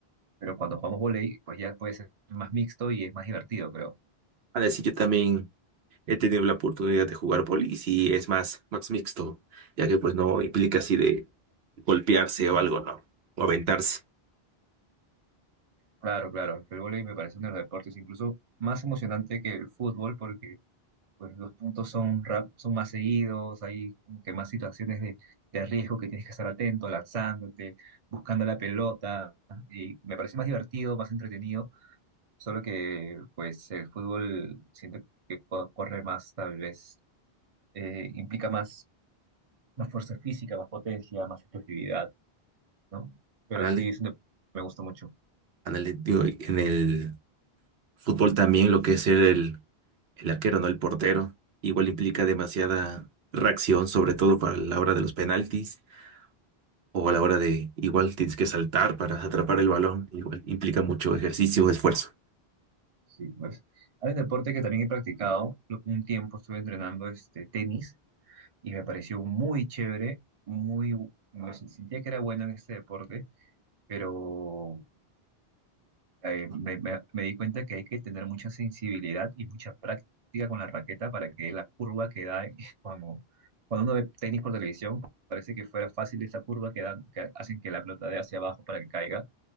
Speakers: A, on the right (about 40°); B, on the right (about 75°).
A: pero cuando jugamos vóley, pues ya puede ser más mixto y es más divertido, creo.
B: A decir, yo también he tenido la oportunidad de jugar bolis y es más, más mixto, ya que pues no implica así de golpearse o algo, ¿no? O aventarse.
A: Claro, claro, el vóley me parece uno de los deportes incluso más emocionante que el fútbol porque pues, los puntos son, rap, son más seguidos, hay como que más situaciones de, de riesgo que tienes que estar atento, lanzándote, buscando la pelota, y me parece más divertido, más entretenido Solo que, pues, el fútbol siento que co- corre más, tal vez, eh, implica más, más fuerza física, más potencia, más explosividad, ¿no? Pero
B: Ándale,
A: sí, es un deporte que me gusta mucho.
B: ándale, digo, en el fútbol también lo que es ser el El arquero, no el portero. Igual implica demasiada reacción, sobre todo para la hora de los penaltis o a la hora de igual tienes que saltar para atrapar el balón. Igual implica mucho ejercicio, esfuerzo.
A: Sí, pues. Hay un deporte que también he practicado. lo- Un tiempo estuve entrenando este, tenis y me pareció muy chévere, muy, me sentía que era bueno en este deporte, pero eh, me, me- me di cuenta que hay que tener mucha sensibilidad y mucha práctica con la raqueta para que la curva que da, <laughs> cuando, cuando uno ve tenis por televisión, parece que fuera fácil esa curva que dan, que hacen que la pelota dé hacia abajo para que caiga.